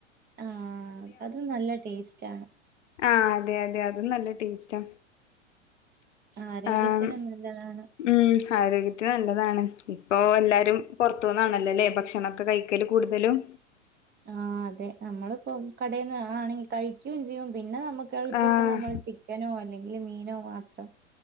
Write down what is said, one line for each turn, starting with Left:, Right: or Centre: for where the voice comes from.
Right: ആഹ് അത് നല്ല ടേസ്റ്റ് ആണ്.
Left: ആഹ് അതെ അതെ അതും നല്ല ടേസ്റ്റാ.
Right: ആരോഗ്യത്തിനും
Left: ആം
Right: നല്ലതാണ്
Left: ഉം ആരോഗ്യത്തിന് നല്ലതാണ്. ഇപ്പൊ എല്ലാരും പൊർത്തൂന്നാണെ ല്ലെല്ലേ ഭക്ഷണൊക്കെ കഴിക്കല് കൂടുതലും.
Right: ആഹ് അതെ നമ്മള്പ്പോ കടെന്ന് ആണെങ്കി കഴിക്കും ചെയ്യും പിന്നെ നമ്മ മ്മക്ക്‌ എള്പ്പത്തിന്
Left: ആഹ്
Right: നമ്മള് ചിക്കനോ അല്ലെങ്കി മീനോ മാത്രം.